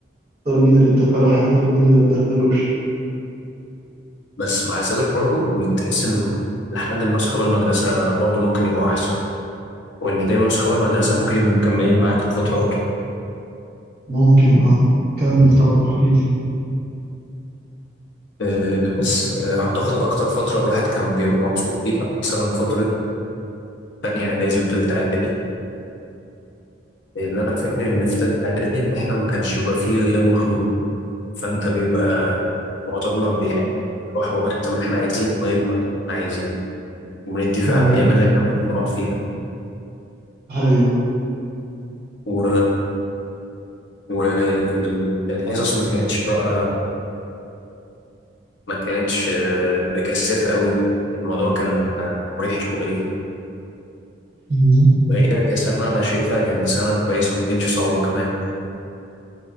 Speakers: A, on the right; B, on the left.
A: تختار مين اللي تدخله حياتك ومين اللي ما تدخلوش
B: بس مع ذلك برضه بتحس إن لحد ما أصحاب المدرسة برضه ممكن يبقوا أحسن وإن دايما أصحاب المدرسة ممكن يبقوا مكملين معاك لفترة أطول
A: ممكن اه كمل طب احكي لي
B: آه، بس آه، أعتقد أكتر فترة الواحد كان بيبقى مبسوط فيها مثلا فترة تانية إعدادي وتالتة إعدادي لأن أنا فاكر إن في تالتة إعدادي إن إحنا ما كانش بيبقى فيه غياب وحضور فأنت بيبقى معظمنا بي- يعني بنروح وقت ما إحنا عايزين ونغيب وقت ما إحنا عايزين وبنتفق
A: ايوه
B: على الأيام اللي إحنا ممكن نروح فيها
A: أيوة.
B: و... والحصص ما كانتش بقى ما كانتش آه، مكثفة قوي الموضوع كان آه، مريح شوية
A: مم.
B: وهي كسنة أنا شايفها كانت سنة كويسة ما كانتش صعبة كمان